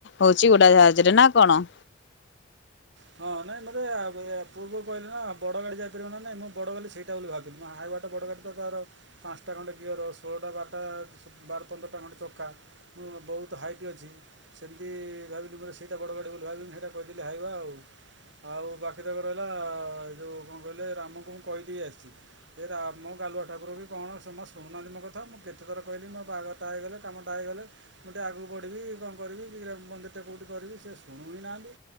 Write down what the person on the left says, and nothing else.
ହଉଛି ଉଡାଜାହାଜରେ ନା କଣ?